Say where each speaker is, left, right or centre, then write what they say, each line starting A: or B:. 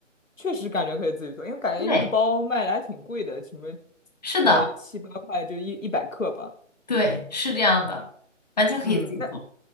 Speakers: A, on the left (about 85°); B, on the left (about 35°).
A: 确实感觉可以自己做，因为感觉你一包卖的还挺贵的，
B: 对，
A: 什么，
B: 是的，
A: 呃，七八块就一一百克吧。
B: 对，是这样的，完全可以自己做。
A: 嗯，那